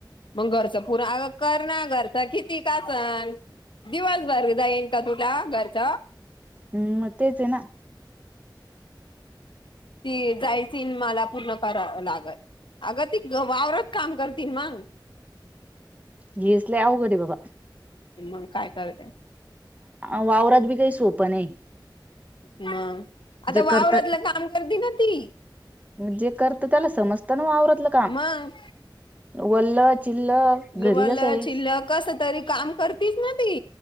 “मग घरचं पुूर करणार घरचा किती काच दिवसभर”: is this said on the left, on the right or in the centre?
Left